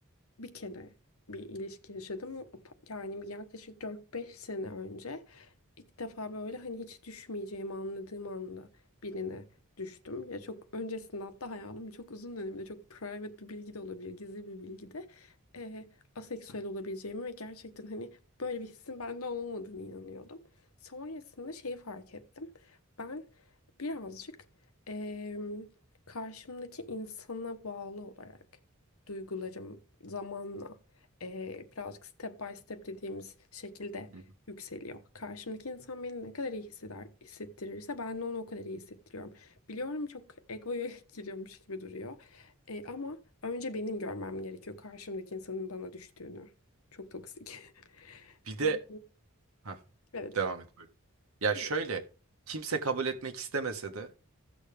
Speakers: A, on the left; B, on the right.
A: bir kere bir ilişki yaşadım. O Yani yaklaşık dört beş sene önce ilk defa böyle hani hiç düşmeyeceğimi anladığım anda birine düştüm. Ya çok öncesinde hatta hayatımın çok uzun döneminde çok private bir bilgi de olabilir, gizli bir bilgi de eee, aseksüel olabileceğimi ve gerçekten hani böyle bir hissin bende olmadığını inanıyordum. Sonrasında şeyi fark ettim. Ben birazcık eee karşımdaki insana bağlı olarak duygularım zamanla eee, birazcık step by step dediğimiz şekilde
B: Hı hı.
A: yükseliyor. Karşımdaki insan beni ne kadar iyi hisseder, hissettirirse ben de onu o kadar iyi hissettiriyorum. Biliyorum çok egoya <laughs> giriyormuş gibi duruyor. Eee, ama önce benim görmem gerekiyor karşımdaki insanın bana düştüğünü. Çok toksik. <laughs>
B: Bir de
A: Eee,
B: ha
A: Evet.
B: devam et buyur. Ya
A: Değil
B: şöyle
A: mi?
B: kimse kabul etmek istemese de